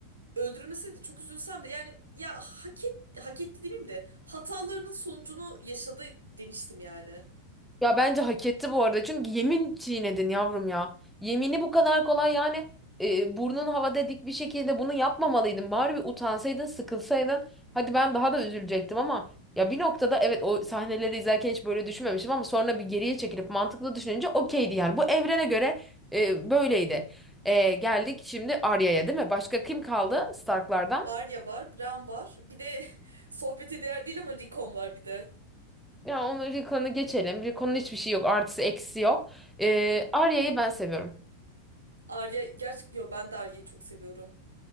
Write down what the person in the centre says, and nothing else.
Ya bence hak etti bu arada. Çünkü yemin çiğnedin yavrum ya. Yemini bu kadar kolay yani e, burnun havada dik bir şekilde bunu yapmamalıydın. Bari bir utansaydın, sıkılsaydın. Hadi ben daha da üzülecektim ama ya bir noktada evet o sahneleri izlerken hiç böyle düşünmemiştim ama sonra bir geriye çekilip mantıklı düşününce okeydi yani. Bu evrene göre e, böyleydi. E, geldik şimdi Arya'ya değil mi? Başka kim kaldı Stark'lardan?
Ya onu Rickon'u geçelim. Rickon'un hiçbir şey yok. Artısı eksisi yok. E, Arya'yı ben seviyorum.